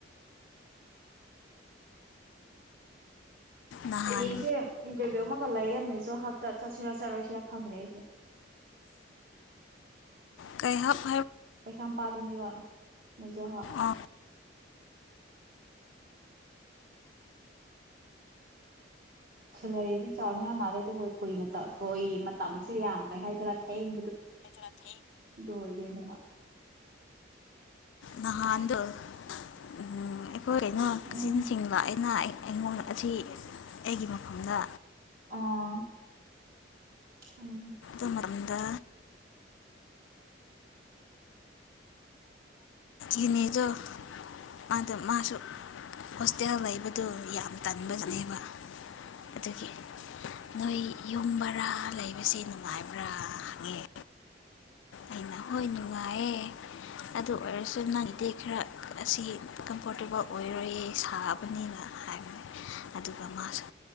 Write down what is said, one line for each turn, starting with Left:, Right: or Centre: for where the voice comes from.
Left: ꯅꯍꯥꯟ
Right: ꯍꯌꯦꯡꯁꯦ ꯏꯟꯇꯔꯚꯤꯌꯨ ꯑꯃꯈꯛ ꯂꯑꯦꯝꯃꯦꯁꯨ ꯑꯣ ꯍꯞꯇꯥ ꯆꯠꯁꯤꯔꯥ ꯆꯠꯂꯣꯏꯁꯤꯔꯥ ꯈꯪꯗꯦ ꯑꯩꯁꯦ
Left: ꯀꯩꯍꯧ
Right: ꯀꯩꯁꯥꯝꯄꯥꯥꯗꯅꯤꯕ ꯃꯦꯖꯣꯍ
Left: ꯑ
Right: ꯁꯦꯂꯔꯤꯗꯤ ꯆꯥꯎꯅ ꯌꯥꯝ ꯃꯥꯜꯂꯦ ꯑꯗꯨꯕꯨ ꯀꯨꯏꯅ ꯇꯛꯈꯣꯏ ꯃꯇꯝꯁꯦ ꯌꯥꯝ ꯀꯩ ꯍꯥꯏꯗꯣꯏꯔꯥ ꯊꯡ ꯂ ꯑꯣꯏꯗꯣꯏꯅꯦꯕ
Left: ꯅꯍꯥꯟꯗ ꯎꯝ ꯑꯩꯈꯣꯏ ꯑꯩꯅ ꯀꯛꯆꯤꯟ
Right: ꯎꯝ
Left: ꯆꯤꯡꯕ ꯑꯩꯅ ꯑꯩ ꯑꯩꯉꯣꯟꯗ ꯑꯁꯤ ꯑꯩꯒꯤ ꯃꯐꯝꯗ
Right: ꯑꯥ ꯎꯝ
Left: ꯑꯗꯨ ꯃꯇꯝꯗ ꯌꯅꯦꯗꯣ ꯃꯥꯗꯣ ꯃꯥꯁꯨ ꯍꯣꯁꯇꯦꯜ ꯂꯩꯕꯗꯣ ꯌꯥꯝ ꯇꯟꯕꯅꯦꯕ ꯑꯗꯨꯒꯤ ꯅꯣꯏ ꯌꯨꯝꯕꯔꯥ ꯂꯩꯕꯁꯦ ꯅꯨꯡꯉꯥꯏꯕ꯭ꯔꯥꯪꯉ ꯑꯩꯅ ꯍꯣꯏ ꯅꯨꯡꯉꯥꯏꯌꯦꯦ ꯑꯗꯨ ꯑꯣꯏꯔꯁꯨ ꯅꯪꯗꯤ ꯈꯔ ꯑꯁꯤ ꯀꯝꯐꯣꯔꯇꯦꯕꯜ ꯑꯣꯏꯔꯣꯏꯌꯦ ꯁꯥꯕꯅꯤꯅ ꯍꯥꯏꯕꯅꯦ ꯑꯗꯨꯒ ꯃꯥꯁꯨ